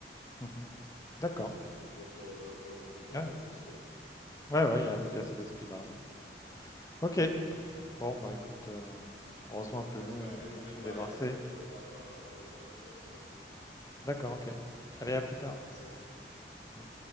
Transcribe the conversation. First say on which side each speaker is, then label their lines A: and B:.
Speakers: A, on the left; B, on the left.
A: Mmh
B: peut-être
A: D'accord.
B: d'aspect de confiance en, en- de confiance
A: Ouais, ouais.
B: en soi aussi. hein.
A: Ouais, ouais, il y a il y a cet aspect-là, ouais. OK. Bon, bah écoute, euh, heureusement que
B: Vas-y,
A: nous, on,
B: bah, je vais, je
A: on
B: vais
A: s'en
B: devoir
A: débarrassait.
B: y aller, mais en tout cas, on pourra par- parler de ça un de ces quatre, si tu vois
A: D'accord, ok. Allez, à plus tard.
B: Allez, salut.
A: Salut.